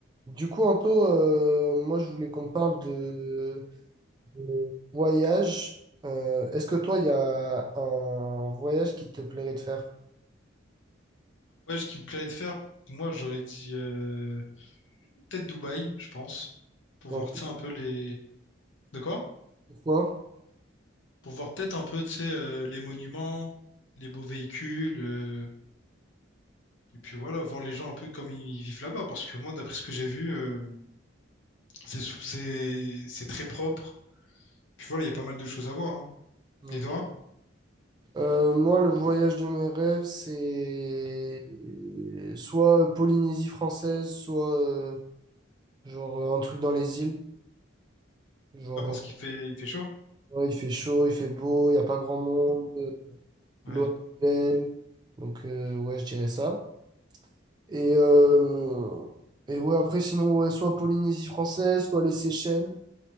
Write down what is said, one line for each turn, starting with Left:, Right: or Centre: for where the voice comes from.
Right: Du coup, Anto, euh, moi je voulais qu'on parle de, de voyage. Euh, est-ce que toi, il y a un voyage qui te plairait de faire?
Left: Ouais, ce qui me plairait de faire, moi, j'aurais dit euh, peut-être Dubaï, je pense, pour
Right: Donc,
Left: voir, tu sais, un peu les... De quoi?
Right: pourquoi?
Left: Pour voir peut-être un peu, tu sais, euh, les monuments, les beaux véhicules, euh, et puis voilà, voir les gens un peu comme ils vivent là-bas, parce que moi, d'après ce que j'ai vu, euh, c'est sou- c'est c'est très propre. Puis voilà, il y a pas mal de choses à voir, hein.
Right: Donc,
Left: Et toi?
Right: euh, moi, le voyage de mes rêves, c'est soit Polynésie française, soit euh, genre euh, un truc dans les îles. Genre,
Left: Pourquoi? Parce
Right: euh,
Left: qu'il fait il fait chaud?
Right: ouais, il fait chaud, il fait beau, il n'y a pas grand monde, euh, l'eau
Left: Ouais,
Right: est belle. Donc, euh, ouais, je dirais ça. Et, euh, et ouais, après, sinon, ouais, soit Polynésie française, soit les Seychelles.